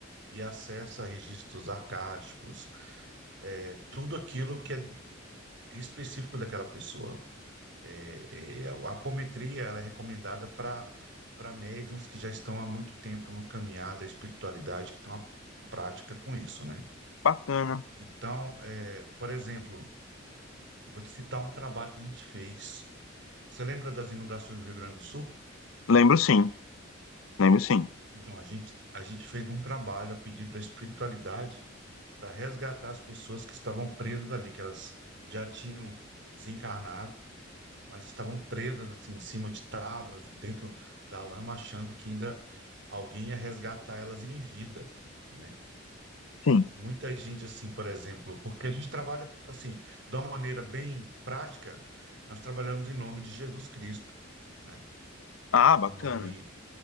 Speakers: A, on the right; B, on the left.
A: e acessa registros arcásticos, é, tudo aquilo que é específico daquela pessoa. É, é, é, a apometria, ela é recomendada para para médiums que já estão há muito tempo no caminhar da espiritualidade, que estão à prática com isso, né?
B: bacana.
A: Então, é, por exemplo, vou te citar um trabalho que a gente fez. Você lembra das inundações do Rio Grande do Sul?
B: Lembro sim, lembro sim.
A: Então, a gente, a gente fez um trabalho a pedido da espiritualidade para resgatar as pessoas que estavam presas ali, que elas já tinham desencarnado, mas estavam presas assim, em cima de tábuas, dentro da lama, achando que ainda alguém ia resgatar elas em vida, né?
B: Sim.
A: Muita gente, assim, por exemplo, porque a gente trabalha, assim, de uma maneira bem prática, nós trabalhamos em nome de Jesus Cristo, né?
B: Ah, bacana,
A: Em nome